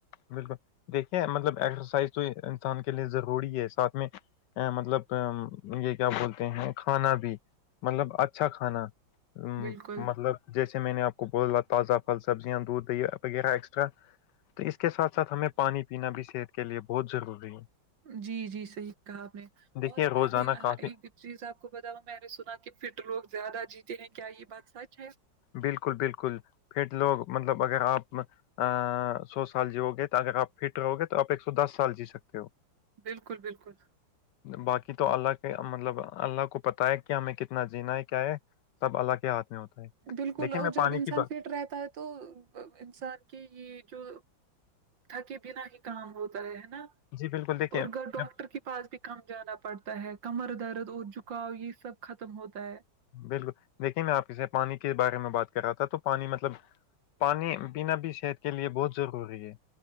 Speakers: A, on the left; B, on the right.
A: بالکل دیکھیے مطلب ایکسرسائز تو انسان کے لیے ضروری ہے ساتھ میں مطلب یہ کیا بولتے ہیں کھانا بھی مطلب اچھا کھانا ا
B: بالکل
A: مطلب جیسے میں نے آپ کو بولا تازہ پھل سبزیاں دودھ وغیرہ ایکسٹرا تو اس کے ساتھ ساتھ ہمیں پانی پینا بھی صحت کے لیے بہت ضروری ہے
B: جی جی صحیح کہا آپ نے
A: دیکھیے
B: اور
A: روزانہ
B: میں نے
A: کافی
B: ایک چیز آپ کو بتاؤ میں نے سنا کہ فٹ لوگ زیادہ جیتے ہیں کیا یہ بات سچ ہے
A: بالکل بالکل پھر لوگ مطلب اگر آپ ا سو سال جیؤ گے اگر آپ فٹ رہو گے تو آپ ایک سو دس سال جی سکتے ہو
B: بالکل بالکل
A: باقی تو اللہ کے مطلب اللہ کو پتاہ ہے کہ ہمیں کتنا جینا ہے کیا ہے سب اللہ کے ہاتھ میں ہوتا ہے
B: بالکل
A: دیکھیے
B: اور
A: میں
B: جب
A: پانی
B: انسان
A: کی بات
B: فٹ رہتا ہے تو انسان کے یہ جو تھکے بنا ہی کام ہوتا ہے ہے نا
A: جی بالکل دیکھیے
B: اور گھر ڈاکٹر
A: میں
B: کی پاس بھی کم جانا پڑتا ہے کمر درد اور جھکاؤ یہ سب ختم ہوتا ہے
A: بالکل دیکھیے میں آپ کے سے پانی کے بارے میں بات کر رہا تھا تو پانی مطلب پانی پینا بھی صحت کے لیے بہت ضروری ہے